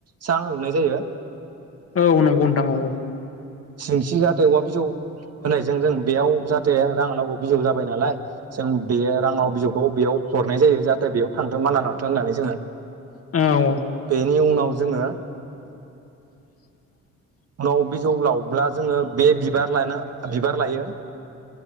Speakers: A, on the right (about 55°); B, on the left (about 50°).
A: सां लुनाय जायो यो
B: औ नंगौ नोंथां औ - औ
A: सिंसि जाहाथे औवा बिजौ होनायजों जों बेयाव जाहाथे जाहाथे रांलाव बिजौ जाबाय नालाय जों बे रांआव बिजौखौ बेयाव हरनाय जायो जाहाथे बेयाव थांथों माना लांथों होननानै जोङो
B: नोंथां औ औ
A: बेनि उनाव जोङो
B: <inaudible>
A: उनाव बिजौ लावब्ला जोङो बे बिबार लानो बिबार लायो